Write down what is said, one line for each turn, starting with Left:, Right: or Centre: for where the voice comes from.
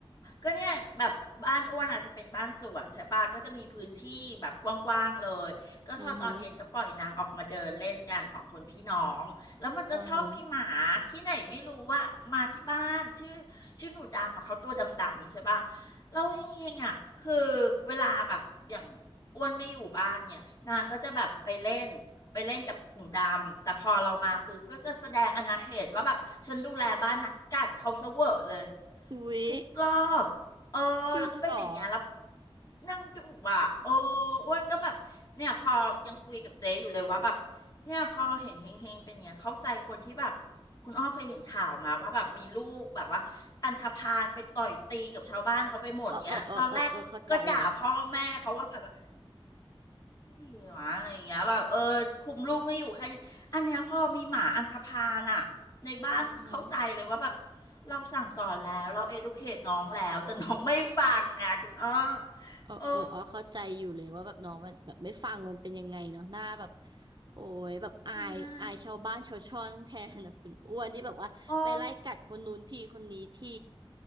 Left: ก็เนี่ยแบบบ้านอ้วนอาจจะเป็นบ้านสวนใช่ปะก็จะมีพื้นที่แบบกว้างๆเลยก็พอตอนเย็นก็ปล่อยนางออกมาเดินเล่นกันสองคนพี่น้องแล้วมันจะชอบมีหมาที่ไหนไม่รู้ว่ามาที่บ้านชื่อชื่อหนูดำอะเขาตัวดำๆใช่ปะ
Right: อือหืออือหือ
Left: เราเฮงๆอ่ะ คือเวลาแบบอย่างอ้วนไม่อยู่บ้านเนี่ย นางก็จะแบบไปเล่นไปเล่นกับหนูดำ แต่พอเรามาปุ๊บก็จะแสดงอาณาเขตว่าแบบฉันดูแลบ้านนะ กัดเขาซะเวอร์เลย
Right: อุ๊ย
Left: ทุกรอบ เออ
Right: จริงเหรอ
Left: แล้วก็เป็นอย่างเงี้ยแล้วนั่งดูอ่ะเอออ้วนก็แบบ เนี่ยพอยังคุยกับเจ๊อยู่เลยว่าแบบ เนี่ยพอเห็นเฮงเฮงเป็นอย่างเงี้ยเข้าใจคนที่แบบคุณอ้อเคยเห็นข่าวมาว่าแบบมีลูกแบบว่าอันธพาลไปต่อยตีกับชาวบ้านเขาไปหมดเงี้ย
Right: เออเออเออเออเออเข้าใจเลย
Left: ตอนแรกก็ด่าพ่อแม่เขาว่าแบบว่า ไม่ดีเลยวะอะไรอย่างเงี้ยแบบเออคุมลูกไม่อยู่แค่นี้อันเนี้ยพอมีหมาอันธพาลอะในบ้านคือเข้าใจเลยว่าแบบ
Right: อือหื
Left: เราสั่งสอนแล้วเรา educate น้องแล้วแต่น้องไม่ฟังไงคุณอ้อ
Right: เออเอออ๋อเข้าใจอยู่เลยว่าแบบน้องมันแบบไม่ฟังมันเป็นยังไงเนาะหน้าแบบ
Left: เออ
Right: โอ้ยแบบอายอายชาวบ้านชาวช่องแทนแบบคุณอ้วนที่แบบว่าไปไล่กัดคนนู้นทีคนนี้ที
Left: ใช่อือ